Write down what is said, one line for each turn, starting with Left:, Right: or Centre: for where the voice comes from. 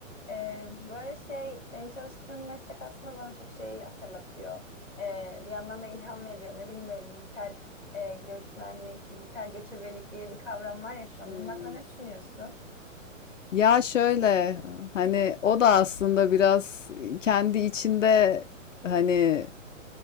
Centre: Ee, böyle şey senin çalıştığın meslek aslında bana çok şey hatırlatıyor. Ee, bir yandan da ilham veriyor. Ne bileyim böyle dijital e, göçmenlik, dijital göçebelik diye bir kavram var ya şu
Left: Hmm.
Centre: an. Bunun hakkında ne düşünüyorsun?
Left: Ya şöyle hani o da aslında biraz kendi içinde hani